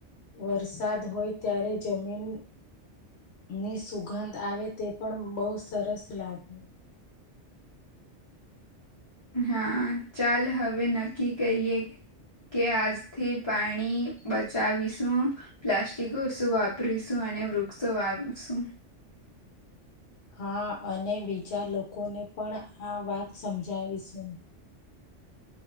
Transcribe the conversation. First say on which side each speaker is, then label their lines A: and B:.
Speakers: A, on the left; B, on the left.
A: વરસાદ હોય ત્યારે જમીન ની સુગંધ આવે તે પણ બહુ સરસ લાગે હ
B: હા ચાલ હવે નક્કી કરીએ કે આજથી પાણી બચાવીશું પ્લાસ્ટિક ઓસું વાપરીશું અને વૃક્ષો વાપશું
A: હા અને બીજા લોકોને પણ આ વાત સમજાવીશું